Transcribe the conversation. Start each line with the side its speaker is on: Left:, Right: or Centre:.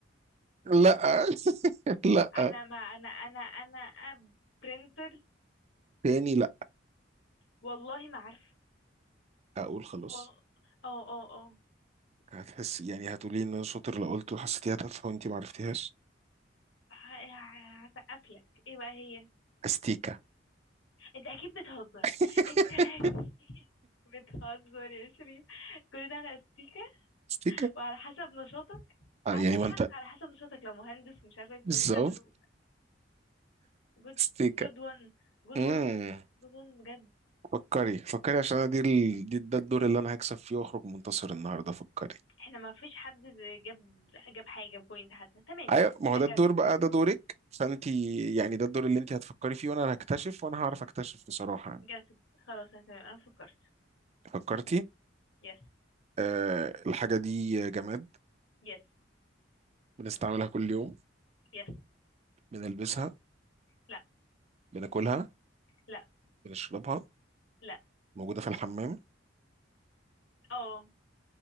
Right: لا <laughs> لا
Left: انا ما انا انا انا برينتر
Right: تاني لا
Left: والله ما عارفة
Right: اقول خلاص
Left: و- اه اه اه
Right: هتحس يعني هتقولي ان انا شاطر لو قلت وحسيتيها تافهه وانت ما عرفتيهاش
Left: ه- ه- هسقفلك ايه بقى هي
Right: استيكه
Left: انت اكيد بتهزر
Right: <laughs>
Left: انت اكيد بتهزر يا شريف كل ده على استيكة
Right: استيكه
Left: وعلى حسب نشاطك
Right: آه
Left: عندك
Right: يعني ما
Left: حق
Right: انت
Left: على حسب نشاطك لو مهندس ومش عارف انت
Right: بالظبط
Left: بتعمل جود
Right: استيكه
Left: جود وان جود
Right: امم
Left: وان جود وان بجد
Right: فكري فكري عشان انا دي ال... دي ده الدور اللي انا هكسب فيه واخرج منتصر النهارده فكري
Left: احنا ما فيش حد جاب جاب حاجة بوينت حتى تمام
Right: ايوه ما هو
Left: I
Right: ده
Left: got
Right: الدور
Left: it
Right: بقى ده دورك فانت يعني ده الدور اللي انت هتفكري فيه وانا هكتشف وانا هعرف اكتشف بصراحه يعني
Left: got it خلاص انا تمام انا فكرت
Right: فكرتي
Left: يس
Right: آه الحاجه دي جماد
Left: يس
Right: بنستعملها كل يوم
Left: يس
Right: بنلبسها
Left: لا
Right: بناكلها
Left: لا
Right: بنشربها
Left: لا
Right: موجودة في الحمام
Left: اه